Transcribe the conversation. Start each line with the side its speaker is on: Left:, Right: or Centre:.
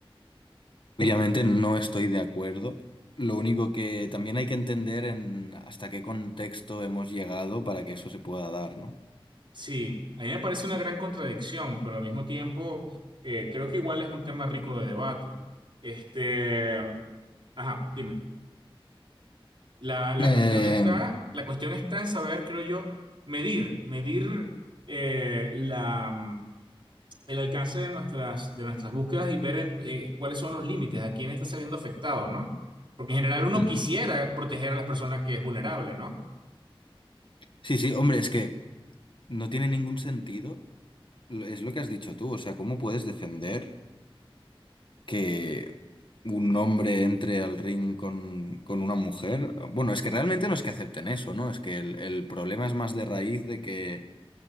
Left: Obviamente no estoy de acuerdo. Lo único que también hay que entender en hasta qué contexto hemos llegado para que eso se pueda dar, ¿no?
Right: Sí, a mí me parece una gran contradicción, pero al mismo tiempo eh, creo que igual es un tema rico de debate. Este, ajá, dime. La, la
Left: Eh,
Right: cuestión está, la cuestión está en saber, creo yo, medir, medir eh, la, el alcance de nuestras, de nuestras búsquedas y ver en, eh, cuáles son los límites, a quién está saliendo afectado, ¿no? Porque en general uno
Left: ujú.
Right: quisiera proteger a las personas que es vulnerable, ¿no?
Left: Sí, sí, hombre, es que no tiene ningún sentido. Lo- Es lo que has dicho tú, o sea, ¿cómo puedes defender que un hombre entre al ring con, con una mujer? Bueno, es que realmente no es que acepten eso, ¿no? Es que el, el problema es más de raíz de que